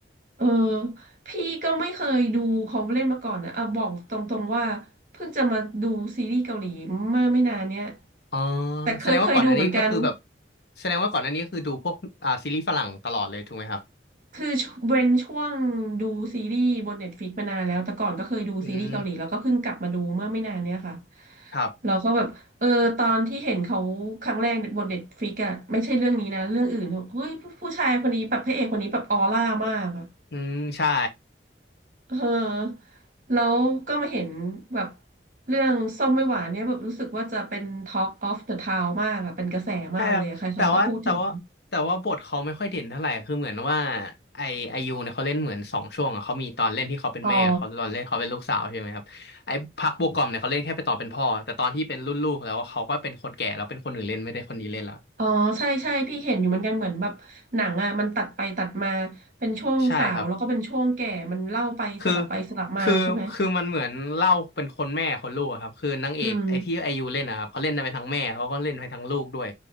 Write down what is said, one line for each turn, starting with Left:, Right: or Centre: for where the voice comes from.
Right: เออพี่ก็ไม่เคยดูเขาเล่นมาก่อนนะอ่ะบอกตรงๆว่าเพิ่งจะมาดูซีรีส์เกาหลีเมื่อไม่นานเนี้ย
Left: อ๋อ
Right: แต่เคยเคยดูเหมือนกัน
Left: แสดงว่าก่อนอันนี้ก็คือแบบแสดงว่าก่อนอันนี้คือดูพวกอ่าซีรีส์ฝรั่งตลอดเลยถูกไหมครับ
Right: คือเว้นช่วงดูซีรีส์บนเน็ตฟ i ิกมานานแล้วแต่ก่อนก็เคยดูซีรีส์เกาหลีแล้วก็เพิ่งกลับมาดูเมื่อไม่นานเนี้ยค่ะ
Left: อืมครับ
Right: เราก็แบบเออตอนที่เห็นเขาครั้งแรกบนเน็ตฟ i ิกอะไม่ใช่เรื่องนี้นะเรื่องอื่นเฮ้ยผู้ผู้ชายคนนี้แบบพระเอกคนนี้แบบออร่ามากอะ
Left: อืมใช่
Right: เออแล้วก็มาเห็นแบบเรื่องส้มไม่หวานเนี่ยแบบรู้สึกว่าจะเป็น Talk of the Town มากอะเป็นกระแสมากเลยอะใครๆก็พูดถึง
Left: ใช่ครับแต่ว่าแต่ว่าแต่ว่าบทเขาไม่ค่อยเด่นเท่าไหร่คือเหมือนว่าไอไอยูเนี่ยเขาเล่นเหมือนสองช่วงอะเขามีตอนเล่นที่เขาเป็นแม่เขาตอนเล่นเขาเป็นลูกสาวใช่ไหมครับไอพักโบกอมเนี่ยเขาเล่นแค่ไปตอนเป็นพ่อแต่ตอนที่เป็นรุ่นลูกแล้วเขาก็เป็นคนแก่แล้วเป็นคนอื่นเล่นไม่ได้คนนี้เล่นละ
Right: อ๋อ อ๋อใช่ใช่พี่เห็นอยู่เหมือนกันเหมือนแบบหนังอ่ะมันตัดไปตัดมาเป็นช่วงสาวแล้วก็เป็นช่วงแก่มันเล่าไปสลับไปสลับมาใช่ไหม
Left: ใช่ครับคือคือคือมันเหมือนเล่าเป็นคนแม่คนลูกอะครับคือนางเอกไอที่ไอยูเล่นนะครับเขาเล่นไปทั้งแม่เขาก็เล่นไปทั้งลูกด้วย
Right: อืม